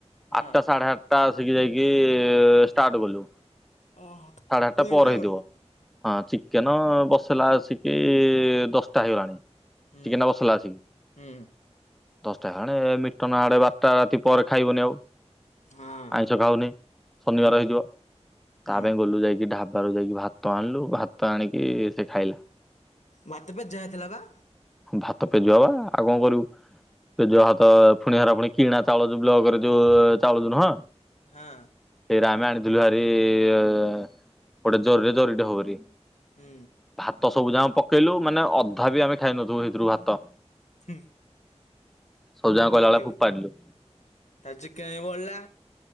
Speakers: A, on the left (about 85°); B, in the centre.
A: ହଁ।
B: ଆଟା ସାଢ଼େ ଆ ଟା ଆସିକି ଯାଇକି ଷ୍ଟାର୍ଟ କଲୁ
A: ଓହୋ
B: ସାଢେ ଆଟା
A: ଲେଟ୍
B: ପରେ
A: ଆଉ।
B: ହେଇଥିବ। ହଁ ଚିକେନ ବସଲା ଆସିକି ଦଶଟା ହେଇଗଲାଣି।
A: ହୁଁ
B: ଚିକେନ ଟା ବସେଇଲା ଆସିକି
A: ହୁଁ।
B: ଦଶଟା ହାଣେ ମିଟନ ହାଡେ ବାରଟା ରାତି ପରେ ଖାଇବନି ଆଉ।
A: ହଁ
B: ଆଇଁଷ ଖାଉନି ଶନିବାର
A: ହୁଁ
B: ହେଇଯିବ
A: ହୁଁ।
B: ତା ପାଇଁ ଗଲୁ ଯାଇକି ଢା ଢାବାରୁ ଯାଇକି ଭାତ ଆଣିଲୁ ଭାତ ଆଣିକି ସେ ଖାଇଲା।
A: ଭାତ ପେଯା ହେଥିଲା ପା।
B: ଭାତ ପେଜୁଆ ଉରା ଆଉ କଣ କରିବୁ ପେଜୁଆ ଭାତ ପୁଣି ହେରା ପୁଣି କିଣା ଚାଉଳ ଯୋଉ ବ୍ଲକରେ ଯୋଉ ଚାଉଳ ଯୋ ନୁହଁ। ସେଇରା
A: ହଁ
B: ଆମେ ଆଣିଥିଲୁ ଭାରି ଗୋଟେ ଜରିରେ ଜରିଟେ ହବ ଭରି।
A: ହୁଁ।
B: ଭାତ ସବୁ ଯାଙ୍କ ପକେଇଲୁ ମାନେ ଅଧା ବି ଆମେ ଖାଇନଥିବୁ ସେଇଥିରୁ ଭାତ।
A: ହୁଁ।
B: ସବୁ ଯାଙ୍କ
A: ପକେଇବ
B: କଇଲା ଭଳିଆ ଫୋପାଡିଲୁ।
A: ତା ଚିକେ କାଇଁ ବଳିଲା।